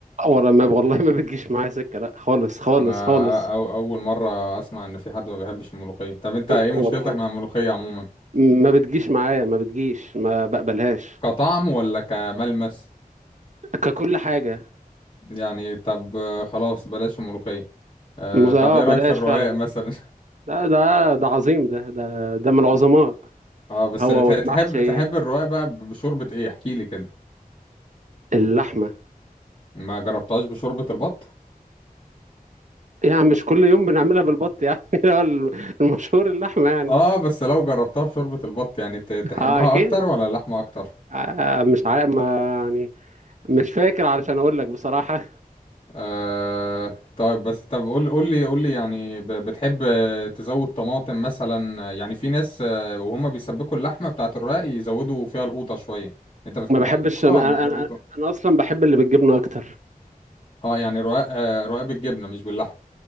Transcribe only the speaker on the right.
ولا ما والله ما بتجيش معايا سكة لا خالص خالص
خالص
والله
ما بتجيش معايا ما بتجيش ما بقبلهاش
ككل حاجة
مز-
اه
بلاش
فعلا
ده ده ده عظيم ده ده ده من العظماء
هو
والمحشي
اللحمة
يعني مش كل يوم بنعملها بالبط يعني <laughs> اللي هو المشهور اللحمة يعني
اه اكيد
آه آه، مش عارف ما يعني مش فاكر علشان اقول لك بصراحة
ما بحبش
ما
انا
انا
أنا اصلا بحب اللي بالجبنة اكتر